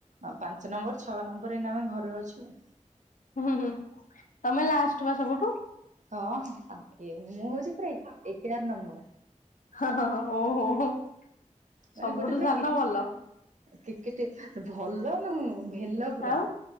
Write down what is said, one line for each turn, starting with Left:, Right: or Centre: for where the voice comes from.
Right: ହଁ ପାଞ୍ଚ ନମ୍ବର ଛଅ ନମ୍ବର ଏଇନା ଆମେ ଘରେ ଅଛୁ ଆଉ।
Left: ହୁଁ ହୁଁ ତମେ ଲାଆଷ୍ଟେ ବା ସବୁଠୁ?
Right: ହଁ ହଁ ମୁଁ ହଉଚି ପୁରା ଏଗାର ନମ୍ବର।
Left: ହଁ ହଁ ହଁ ଓହୋ ହୋ।
Right: ମାନେ
Left: ସବୁଠୁ
Right: ଗୋଟେ ପୁରା
Left: ସାନ
Right: କ୍ରି
Left: ଭଲ
Right: କ୍ରିକେଟି ଭଲ ନୁ ଭେଲ ପୁରା
Left: ଆଉ